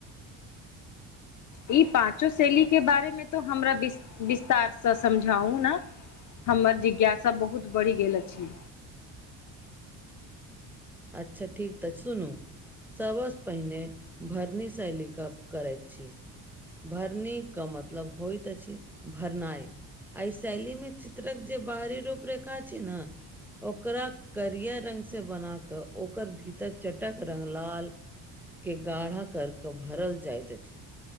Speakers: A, on the left (about 50°); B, in the centre.
A: ई पाँचो शैली के बारे मे तो हमरा विस्तार से समझाउ न हमर जिज्ञासा बहुत बढ़ि गेल अछि।
B: अच्छा ठीक तऽ सुनू सबसँ पहिने भरनी शैली कऽ गप करैत छी। भरनी के मतलब होइत अछि भरनाइ। आइ शैली मे चित्रक जे बाहरी रूप रेखा छी न ओकरा करिया रंग से बना कऽ ओकर भीतर चटक रंग लाल के गाढ़ा कर कऽ भरल जाइत अछि